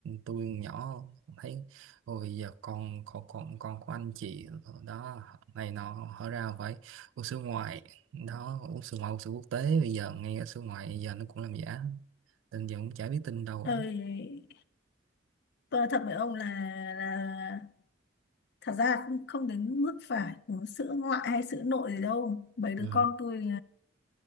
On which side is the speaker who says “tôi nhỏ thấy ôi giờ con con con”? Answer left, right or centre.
Right